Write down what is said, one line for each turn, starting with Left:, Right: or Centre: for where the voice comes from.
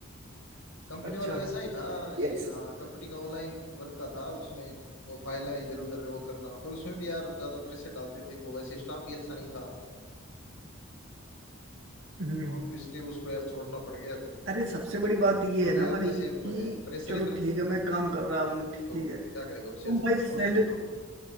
Left: कंपनी
Right: अच्छा
Left: वाला वैसा ही था
Right: यस
Left: ये हाँ कंप्यूटिंग ऑनलाइन वर्क का था उसमें वो फाइल है इधर उधर वो करना फिर उसमें भी यार ज्यादा प्रेशर डालते थे वो वैसे स्टाफ भी अच्छा नहीं था
Right: हम्म
Left: हाँ तो इसलिए उसको यार छोड़ना पड़ गया फिर
Right: अरे सबसे बड़ी बात ये
Left: मतलब
Right: है ना
Left: यार
Right: भाई
Left: जैसे मैं
Right: कि
Left: प्रेशर
Right: चलो
Left: इतना
Right: ठीक है मैं काम कर रहा हूँ ठीक
Left: तो क्या
Right: है
Left: करेगा
Right: तुम
Left: उससे अच्छा
Right: भाई
Left: छोड़
Right: सैलरी
Left: दे काम